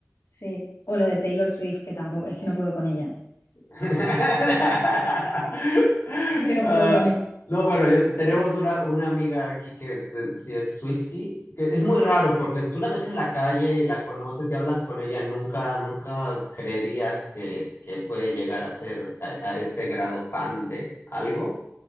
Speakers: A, on the left (about 75°); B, on the left (about 55°).
A: Sí, o lo de Taylor Swift, que tampoco, es que no puedo con ella.
B: <laughs>
A: Es que no
B: Ah,
A: puedo con él.
B: no, bueno, yo- tenemos una, una amiga aquí que te- sí es Swiftie, que es muy raro porque si tú la ves en la calle y la conoces y hablas con ella, nunca, nunca creerías que, que puede llegar a ser a, a ese grado fan de algo.